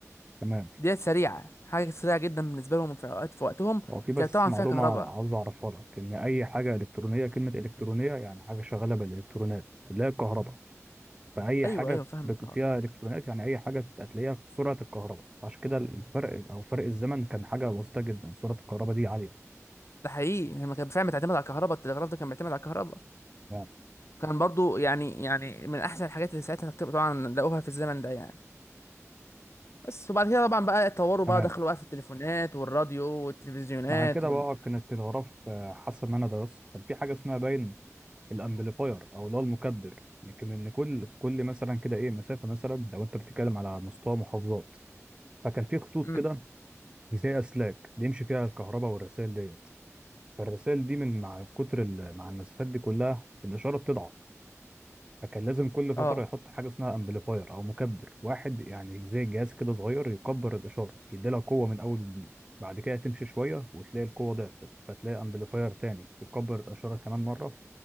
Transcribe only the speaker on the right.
تمام
هو في بس
معلومه
عاوز اعرفها لك ان اي حاجه الكترونيه كلمه الكترونيه يعني حاجه شغاله بالالكترونات اللي هي الكهرباء فأي
حاجة
بك-
فيها إلكترونيات يعني أي حاجة هتلاقيها في سرعة الكهرباء عشان كده الفرق أو فرق الزمن كان حاجة بسيطة جدا سرعة الكهرباء دي عالية
تمام
تمام
مع كده
بقى كانت الغرف آه، حاسة إن أنا درست كان في حاجة اسمها باين الأمبليفاير أو اللي هو المكبر لكن إن كل كل مثلا كده إيه مسافة مثلا لو أنت بتتكلم على مستوى محافظات فكان في خطوط
كده زي أسلاك بيمشي فيها الكهرباء والرسائل ديت فالرسائل دي من مع كتر ال- مع المسافات دي كلها الإشارة بتضعف فكان لازم كل فترة
يحط حاجة اسمها امبليفاير أو مكبر واحد يعني زي جهاز كده صغير يكبر الإشارة يديلها قوة من أول وجديد بعد كده تمشي شوية وتلاقي القوة ضعفت فتلاقي امبليفاير تاني يكبر الإشارة كمان مرة